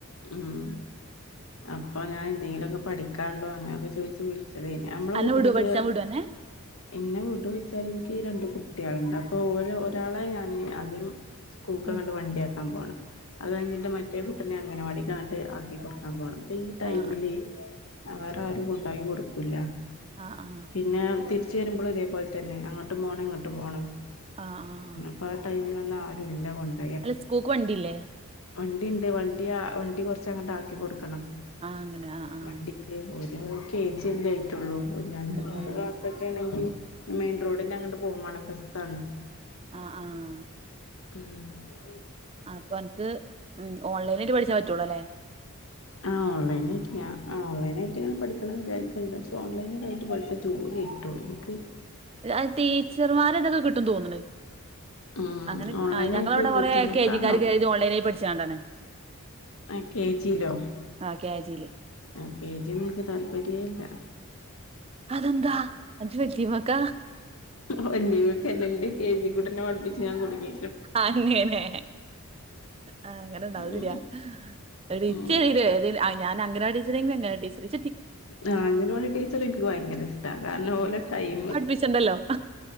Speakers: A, on the left; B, on the right.
A: ഉം അപ്പൊ ഞാൻ എന്തെങ്കിലും ഓക്ക പഠിക്ക്യാണ്ടൊ അങ്ങനെയൊക്ക ചൊയ്ച്ച് വുളിച്ചതേന് ഞമ്മളെ
B: അന്നെ
A: കൂട്ടത്ത്ല്
B: വിടോ പഠിച്ചാൻ വിടോ അന്നെ
A: എന്നെ വിടൊ ചൊയ്ച്ചാല് ഇൻക്ക് രണ്ട് കുട്ട്യാള്ണ്ട് അപ്പൊ ഓല ഒരാളെ ഞാന് ആദ്യം സ്കൂക്കന്നർഞ്ട്
B: ഉം
A: വണ്ടി അയക്കാ പോണ അത് കഴിഞ്ഞിട്ട് മറ്റേ കുട്ട്നെ അംങ്ങനവാടിക്കർഞ്ട്ട് ആക്കി കൊട്ക്കാൻ പോണം ഇപ്പ ഈ ടൈമില്
B: ആഹ് ആഹ്
A: വേറ ആരും കൊണ്ടാക്കി കൊട്ക്കൂല്ല
B: ആഹ് ആഹ്
A: പിന്നെ തിരിച്ച് വരുമ്പളു ഇതേപോല തന്നെ അങ്ങ്ട്ടും പോണം ഇങ്ങ്ട്ടും പോണം
B: ആഹ് ആഹ്
A: ഇപ ആഹ് ടൈമിലൊന്നും ആരുല്ല കൊണ്ട്
B: ഇല സ്കൂക്ക് വണ്ടില്ലേ
A: വണ്ടിണ്ട് വണ്ടി വണ്ടി കൊറ്ച്ച് അങ്ങ്ട്ട് ആക്കി കൊട്ക്കണം
B: ആഹ് അങ്ങനെ ആഹ് ആഹ്
A: വണ്ടി ക്ക് ഓരോ കെ ജി അല്ലേ ആയിട്ടൊള്ളൂ ഒര് രണ്ട്
B: ഉം
A: മൂന്ന്
B: ഉം
A: ക്ലാസ് പറ്റാണെങ്കി മെയിൻ റോഡിന്റെ അങ്ങട്ട് പോകും വാണം ബസ്സാണ്
B: ആഹ് ആഹ്
A: ഹ്മ്മ്
B: അപ്പൻക്ക് ഓൺലൈനായിട്ട് പഠിച്ചാ പറ്റൊള്ളൂ അല്ലേ
A: ആഹ് ഓൺലൈനായിട്ട് ഞാ ആഹ് ഓൺലൈനായിട്ട് ഇങ്ങനെ പഠിക്കണംന്ന് വിചാരിക്ക്ണ്ട് പക്ഷെ ഓൺലൈനായ്ട്ട് പഠിച്ച ജോലി ട്ടൊ ഇൻക്ക്
B: അത് ടീച്ചർമാരൊക്കെ ഇതൊക്കെ കിട്ടും തോന്ന്ണ്
A: ഉം
B: അങ്ങനെ
A: ഓൺലൈനായിട്ട്
B: ഞങ്ങളെവടെ
A: ബുദ്ധിമുട്ടാണോ
B: കൊറെ എൽ കെ ജിക്കാര് കേറിത് ഓൺലൈനായി പഠിച്ചാണ്ടാണ്
A: ആഹ് കെ ജിലോ
B: ആഹ് കെ ജിയില്
A: ആഹ് കെ ജിയൊന്നും ഇൻക് താല്പര്യേല്ല
B: അതെന്താ അജ് വെല്ലിമക്ക
A: വല്ലിമക്കന്നെ ഇന്റെ കെ ജി കൂട്ടനെ പഠിപ്പിച്ച് ഞാൻ കുടുങ്ങി
B: അങ്ങനെ ആഹ് അങ്ങനെണ്ടാവും അത്
A: ഉം
B: ശെരിയാ ഒര്
A: ഉം
B: ഇച്ചനെ ഒര് ഞാന് അംഗലവാടി ടീച്ചർങ്കിലെന്നെ ടീച്ചറ്
A: ആഹ് അംഗലവാടി ടീച്ചറ് ഇൻക്ക് ഭയങ്കര ഇഷ്ടാ കാരണം ഓലെ
B: ഉം.
A: ടൈംമ്
B: പഠിപ്പിച്ചണ്ടല്ലോ